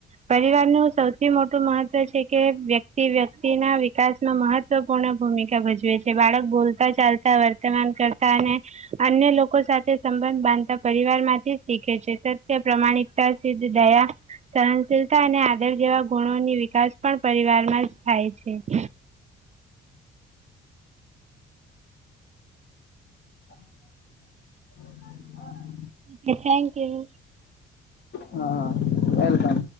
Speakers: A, on the right; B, on the left.
A: પરિવાર નું સૌથી મોટું મહત્વ છે કે વ્યક્તિ વ્યક્તિ ના વિકાસમાં મહત ત્વ મહવપૂર્ણ ભૂમિકા ભજવે છે, બાળક બોલતા ચાલતા વર્તમાન કરતા અને અન્ય લોક લોકો સાથે સંબંધ બાંધતા પરિવાર માંથી શીખે છે, સત્ય પ્રમાણિકતા સિધ દયા સહનશીલતા અને આદર જેવા ગુણોની વિકાસ પણ પરિવારમાં જ થાય છે.
B: <unintelligible>
A: કે થેન્ક યુ.
B: હા વેલકમ.